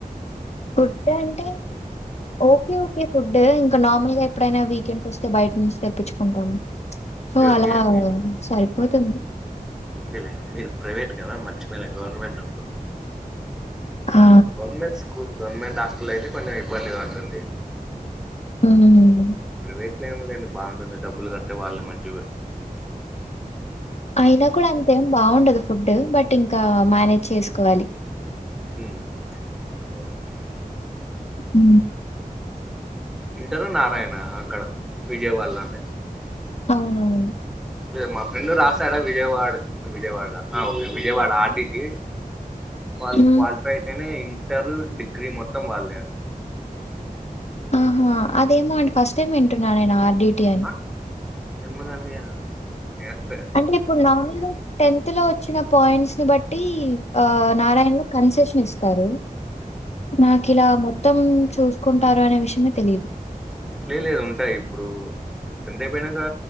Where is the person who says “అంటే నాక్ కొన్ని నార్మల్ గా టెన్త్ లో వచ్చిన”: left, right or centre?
Left